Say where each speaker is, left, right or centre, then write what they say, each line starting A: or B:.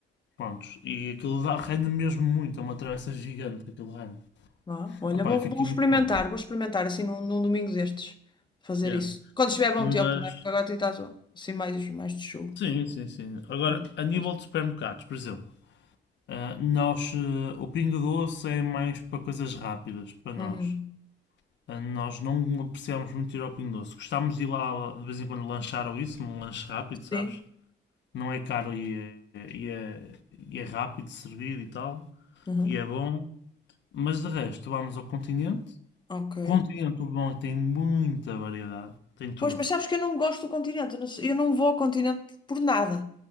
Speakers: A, on the left (about 65°); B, on the left (about 25°).
A: Prontos. E aquilo dá, rende mesmo muito. É uma travessa gigante aquilo rende.
B: Vá, olha,
A: Opá,
B: vou,
A: fica
B: vou experimentar,
A: muito bom.
B: vou experimentar assim num, num domingo destes, fazer
A: Yeah.
B: isso. Quando estiver bom
A: Mas
B: tempo, não é? Porque agora está assim mais, mais de chuva.
A: Sim, sim, sim. Agora,
B: Hum,
A: a nível
B: não sei.
A: de supermercados, por exemplo, ah, nós, eh, o Pingo Doce é mais para coisas rápidas, para nós.
B: Uhum.
A: Ah, nós não apreciamos muito ir ao Pingo Doce. Gostamos de ir lá de vez em quando lanchar ou isso, num lanche rápido, sabes?
B: Sim.
A: Não é caro e é, e é, e é rápido de servir e tal,
B: Uhum.
A: e é bom. Mas de resto, vamos ao Continente.
B: Ok.
A: Continente, o bom é que tem muita variedade, tem tudo.
B: Pois, mas sabes que eu não gosto do continente, eu não, sei- eu não vou ao continente por nada.